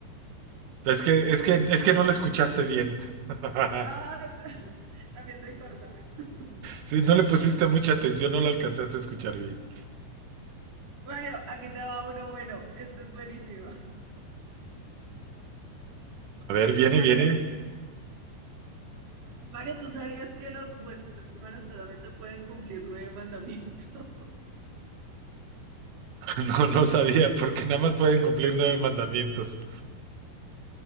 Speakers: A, on the right; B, on the right.
A: es que, es que, es que no lo escuchaste bien. <laughs>
B: Ah, <laughs> también soy sorda. <laughs>
A: Si no le pusiste mucha atención, no lo alcanzaste a escuchar bien.
B: Mario, aquí te va uno bueno. Este es buenísimo.
A: A ver, viene,
B: Mario,
A: viene.
B: Mario, ¿tú sabías que los huérfanos solamente pueden cumplir nueve mandamientos? <laughs>
A: <laughs> No, no sabía, porque nada más pueden cumplir nueve mandamientos.